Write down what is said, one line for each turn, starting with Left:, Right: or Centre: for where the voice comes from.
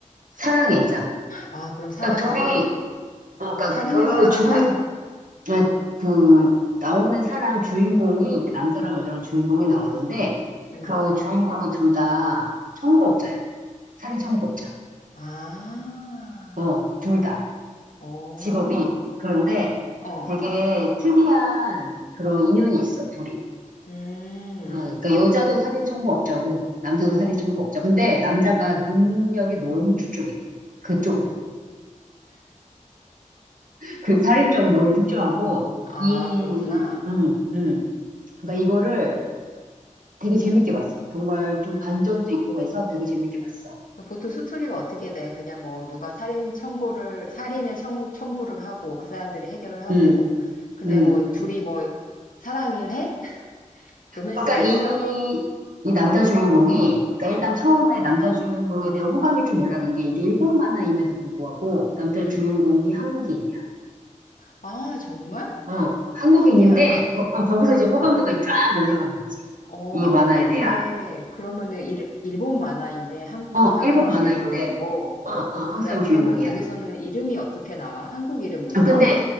Right: 사랑의자.
Left: 아, 그럼 사랑을,
Right: 그니까, 둘이, 어, 그니까,
Left: 살인을
Right: 그
Left: 사랑한다?
Right: 주, 아, 그 나오는 사람 주인공이 이제 남자랑 여자랑 주인공이 나오는데
Left: 응.
Right: 그 주인공이 둘 다 청부업자야. 살인 청부업자.
Left: 아,
Right: 어, 둘 다.
Left: 어,
Right: 직업이. 그런데
Left: 어,
Right: 되게 특이한 그런 인연이 있어, 둘이.
Left: 음,
Right: 어, 그러니까 여자도 살인 청부업자고 남자도
Left: 어.
Right: 살인 청부업자. 근데 남자가 능력이 너무 출중해. 그쪽으로. 그 살인 쪽으로 너무 출중하고
Left: 아,
Right: 이
Left: 그렇구나.
Right: 음, 음. 그러니까 이거를 되게 재밌게 봤어. 정말 좀 반전도 있고 해서 되게 재밌게 봤어.
Left: 보통 스토리가 어떻게 돼? 그냥 뭐 누가 살인 청부를, 살인을 청, 청부를 하고 그 사람들이 해결을 하고
Right: 음,
Left: 근데
Right: 음.
Left: 뭐 둘이 뭐 사랑을 해? 로맨스가
Right: 그러니까 이,
Left: 있어?
Right: 이 남자 주인공이, 그러니까
Left: 응,
Right: 일단 처음에 남자 주인공에 대한 호감이 좀 올라간 게 이게 일본 만화임에도 불구하고 남자
Left: 응.
Right: 주인공이 한국인이야.
Left: 아, 정말?
Right: 어, 한국인인데,
Left: 신기하네.
Right: 거, 어, 거기서 이제 호감도가 쫙 올라가는 거지.
Left: 어,
Right: 이
Left: 한국인인데,
Right: 만화에 대한.
Left: 그러면은 일, 일본 만화인데 한국
Right: 어,
Left: 사람이
Right: 일본
Left: 주인공이고,
Right: 만화인데, 어, 어, 한국
Left: 그다,
Right: 사람 주인공이야.
Left: 그러면 거기서는 이름이 어떻게 나와? 한국 이름으로
Right: 아,
Left: 나와?
Right: 근데,